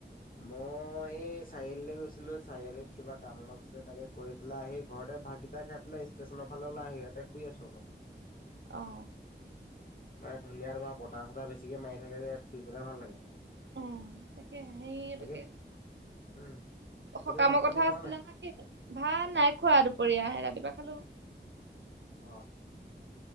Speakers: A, on the left; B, on the right.
A: মই এই চাৰিআলিলৈ গৈছিলো চাৰিআলিত কিবা কাম অলপ আছিলে তাকে কৰি পেলাই আহি ঘৰত এ', ভাতগিতা খাই পেলই ষ্টেচননৰ ফালে ওলাই আহি ইয়াতে শুই আছো অলপ।
B: অ'।
A: মান ধুনীয়া তোমাৰ বতাহ চতাঈ বেছিক মাৰি থে যে শুই পেলাই ভাল লাগে
B: উম তাকে সেই এইটোোকে
A: তাকে উম তুমি
B: সকামৰ
A: ভাত পানী
B: কথা
A: খালা
B: আছিলা
A: নাই?
B: না কি ভাত নাই খোৱা দুপৰীয়া আহে <unintelligible> খালো।
A: অ'।